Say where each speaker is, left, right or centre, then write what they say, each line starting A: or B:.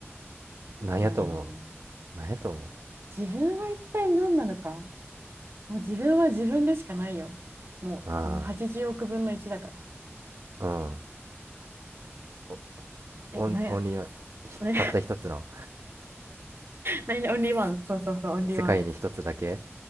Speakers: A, on the right; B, on the right.
A: なんやと思う。
B: いやー、
A: なんやと思う。
B: 自分は一体何なのかもう自分は自分でしかないよ。もう、
A: あ
B: この80億分の1だから。
A: あー。うん。
B: え、
A: お、
B: なんや、
A: オン、オンリーワン、ひたった一つの、
B: な何 <laughs>、オンリーワン。そうそうそう、オンリーワン。
A: 世界に一つだけ